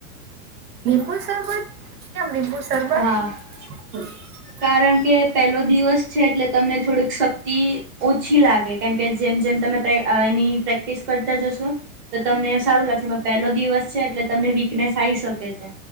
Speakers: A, on the right; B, on the right.
A: લીંબુ શરબત? કેમ લીંબુ શરબત.
B: હા
A: હમ.
B: કારણ કે પહેલો દિવસ છે એટલે, તમને થોડીક શક્તિ ઓછી લાગે કેમ કે જેમ જેમ તમે એની પ્રેક પ્રક્ટિસ કરતા જશો તો તમને સારું લાગશે પહેલો દિવસ છે એટલે તમને વીકનેસ આવી શકે છે.